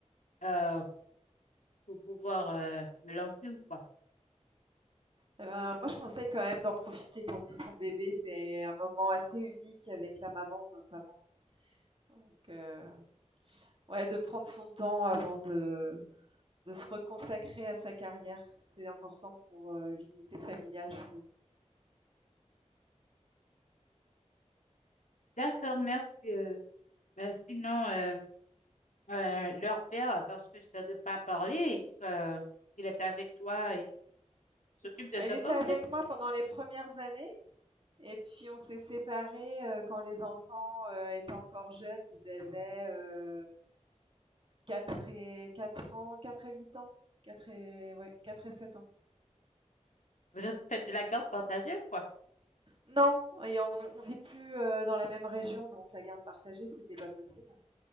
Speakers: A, on the left (about 85°); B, on the right (about 45°).
A: euh, pour pouvoir euh, me lancer ou quoi.
B: Eh ben, moi, je conseille quand même d'en profiter quand ils sont bébés. C'est un moment assez unique avec la maman, notamment. Donc, euh, ouais, de prendre son temps avant de, de se reconsacrer à sa carrière. C'est important pour euh, l'unité familiale, je trouve.
A: D'accord, merci. euh, ben, sinon, euh, Euh, leur père, euh, parce que je ne t'ai pas parlé, il, se- il est avec toi, il s'occupe des
B: Elle
A: enfants
B: était avec
A: aussi.
B: moi pendant les premières années. Et puis, on s'est séparés euh, quand les enfants euh, étaient encore jeunes. Ils avaient euh, 4 et 4 ans, quatre et huit ans. 4 et, ouais, 4 et 7 ans.
A: Vous, vous faites de la garde partagée, quoi.
B: Non et on on vit plus, heu, dans la même région, donc la garde partagée, c'était pas possible.